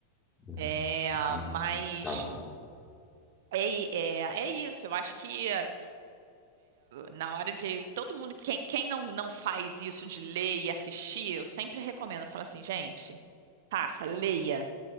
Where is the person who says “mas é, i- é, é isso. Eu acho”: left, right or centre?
Right